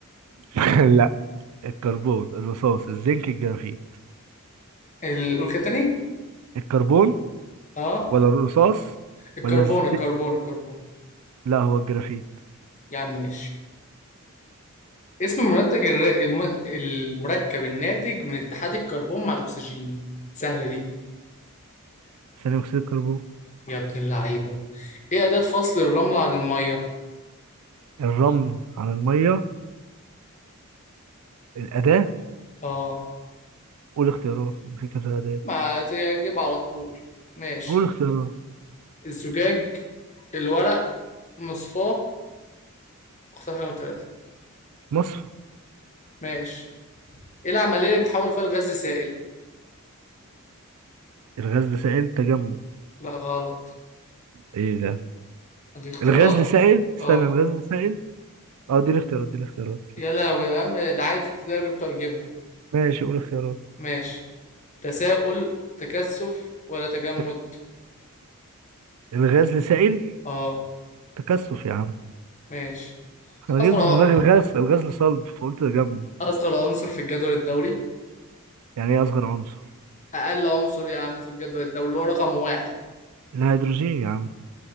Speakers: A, on the right (about 85°); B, on the left (about 35°).
A: <laughs> لا الكربون الرصاص الزنك الجرافيت
B: ال- قول كده تاني
A: الكربون
B: اه
A: ولا الرصاص
B: الكربون
A: ولا الزنك
B: الكربون الكربون
A: لا هو الجرافيت
B: يا عم ماشي اسم المنتج الر- الم- المركب الناتج من اتحاد الكربون مع الاكسجين سهلة دي
A: ثاني أكسيد الكربون
B: يا ابن اللعيبة ايه اداة فصل الرملة عن المية
A: الرمل على المية الأداة
B: اه
A: قول اختيارات في كذا أداة
B: ما تجيب على طول ماشي
A: قول اختيارات
B: الزجاج الورق مصفاه اختار حاجة من ثلاثة
A: مصفى
B: ماشي ايه العملية اللي بتحول فيها الغاز لسائل؟
A: الغاز لسائل تجمد
B: لا غلط
A: ايه ده
B: ادي اختيارات
A: الغاز لسائل استنى
B: اه
A: الغاز لسائل اه دي الاختيارات دي الاختيارات
B: يا لهوي يا عم ده عيل في ابتدائي وجبته هيجيبها
A: ماشي قول اختيارات
B: ماشي تساؤل تكثف ولا تجمد؟
A: تك... الغاز لسائل
B: اه
A: تكثف يا عم
B: ماشي
A: انا جايب
B: اصغر
A: في دماغي الغاز الغاز لصلب فقلت تجمد
B: اصغر عنصر في الجدول الدوري
A: يعني ايه اصغر عنصر
B: اقل عنصر يا عم في الجدول الدوري اللي هو رقم واحد
A: الهيدروجين يا عم